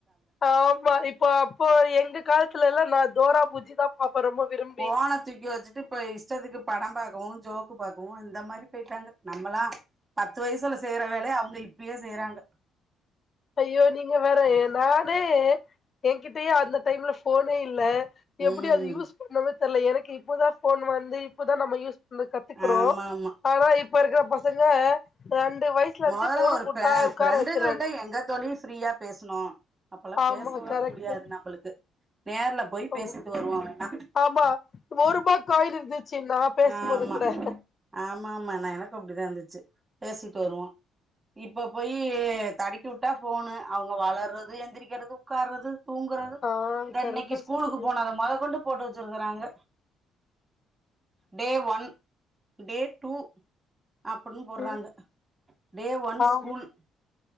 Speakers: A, on the left; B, on the right.
A: ஆமா இப்ப அப்போ எங்க காலத்துல எல்லாம் நான் டோரா புஜ்ஜி <unintelligible> விரும்பி
B: போன தூக்கி வச்சுட்டு இப்ப இஷ்டத்துக்கு படம் பார்க்கவும் ஜோக்கு பாக்கவு இந்த மாதிரி போயிட்டாங்க நம்மல்லா பத்து வயசுல செய்யற வேலைய அவங்க இப்பயே செய்யறாங்க
A: ஐயோ நீங்க வேற நானே என்கிட்டயே அந்த டைம்ல போனே இல்ல எப்படி
B: ம்
A: அது யூஸ் பண்ணவே தெர்ல எனக்கு இப்பதான் போன் வந்து இப்ப நம்ம யூஸ் பண்ண கத்துக்கிறோம்
B: ஆமா ஆமா
A: ஆனா இப் இப்ப இருக்கிற பசங்க ரெண்டு வயசுல இருந்து
B: மொதல்ல
A: போன
B: ஒரு
A: கொடுத்தா
B: ஃப்ர
A: உட்கார
B: ஃப்ரெண்டுங்கள்ட்ட
A: வச்சுட்றாங்க
B: எங்க தோழி ஃப்ரீயா பேசுணோ அப்போதெல்லா
A: ஆமா
B: பேசவே
A: கரெக்ட்டு
B: முடியாது நம்மளுக்கு நேர்ல போய் பேசிட்டு
A: ஆமா
B: வருவோ வெனா
A: ஆமா ஒருவா காயின் இருந்துச்சு நான் பேசும்போது
B: ஆமா
A: கூட
B: ஆமா ஆமா நா எனக்கு அப்டிதா இருந்துச்சு பேசிட்டு வருவோம் இப்ப போய் தடிக்கி விட்டா போனு அவங்க வளர்றது எந்திரிக்கிறது உட்கார்றது தூங்குறது
A: ஆ
B: இத
A: கரெக்டா
B: இன்னைக்கு ஸ்கூலுக்கு
A: சொன்னீங்க
B: போனது மொத கொண்டு போட்டு வச்சிருக்கறாங்க டே ஒன் டே டூ அப்படின்னு போடுறாங்க
A: ம்
B: டே ஒன்
A: ஆமா
B: ஸ்கூல்